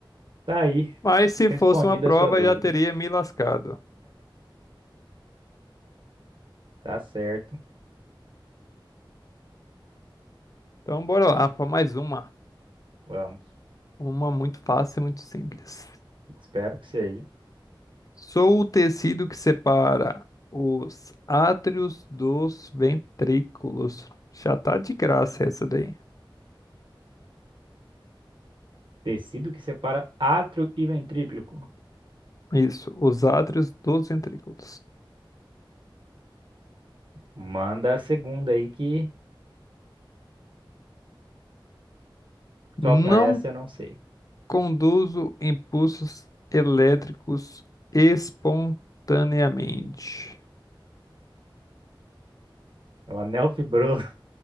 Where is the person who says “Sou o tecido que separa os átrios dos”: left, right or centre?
Left